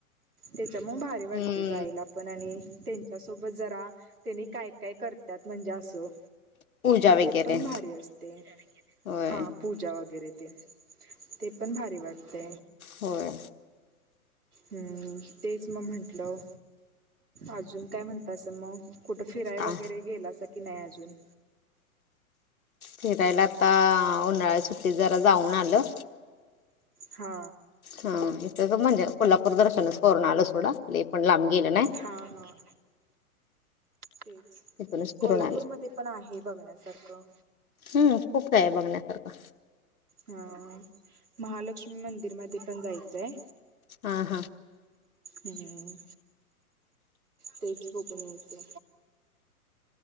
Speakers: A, on the right; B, on the left.
A: ते च्या मूळ भारी वाटते
B: हम्म
A: जायला पण आणि त्यांच्यासोबत जरा त्यांनी काय काय करतात म्हणजे असं
B: पूजा
A: ते
B: वगैरे.
A: पण भारी असते
B: होय
A: हा पूजा. वगैरे ते. ते पण भारी वाटते.
B: होय
A: हम्म तेच मग म्हंटलं अजून काय म्हणतासा मग कुठं फिराय
B: आ
A: वगैरे गेलासा की की नाय अजून?
B: फिरायला आता, उन्हाळ्या सु्टीत, जरा जाऊन आलं.
A: हा
B: हा इथ तर म्हणजे, कोल्हापूर दर्शनच करून आलो सोडा, लय पण लांब गेलं नाही
A: हा, हा क <unintelligible>
B: तिथूनच
A: कोल्हापूरमध्ये
B: फिरून आले
A: पण आहे बघण्यासारखं.
B: हम्म खूप काय आहे बघण्यासारखं?
A: हा, महालक्ष्मी मंदिरमध्ये पण जायचंय.
B: हा, हा
A: हम्म, तेच बघून यायचंय.